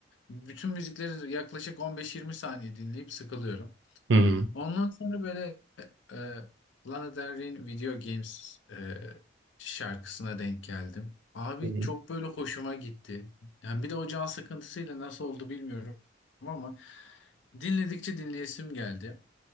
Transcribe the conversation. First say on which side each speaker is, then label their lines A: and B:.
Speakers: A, on the left; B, on the right.
A: Bütün müzikleri yaklaşık on beş 20 saniye dinleyip sıkılıyorum.
B: Hı hı.
A: Ondan sonra böyle e, Lana Del Rey'in Video Games e, şarkısına denk geldim. Abi
B: Hı hı.
A: çok böyle hoşuma gitti. Yani bir de o can sıkıntısıyla nasıl oldu bilmiyorum ama dinledikçe dinleyesim geldi.